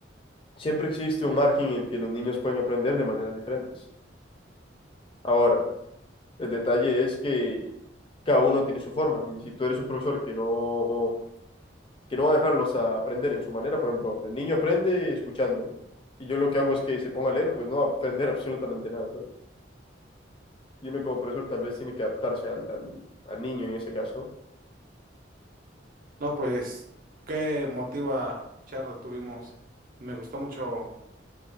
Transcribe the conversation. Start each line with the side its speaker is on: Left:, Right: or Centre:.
Left: siempre existe un margen en el que los niños pueden aprender de maneras diferentes. Ahora, el detalle es que cada uno tiene su forma y si tú eres un profesor que no, que no va a dejarlos a aprender en su manera, por ejemplo, el niño aprende escuchando y yo lo que hago es que se ponga a leer, pues no va a aprender <laughs> absolutamente nada, ¿sabes? Y uno como profesor tal vez tiene que adaptarse al, al, al niño en ese caso
Right: No, pues, qué motiva charla tuvimos. Me gustó mucho